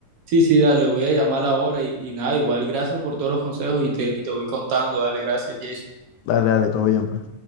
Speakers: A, on the right (about 60°); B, on the left (about 85°).
A: Sí, sí, dale, voy a llamar ahora y, y nada, igual gracias por todos los consejos y te, y te voy contando, dale, gracias, Jason.
B: Dale, dale, todo bien. pues.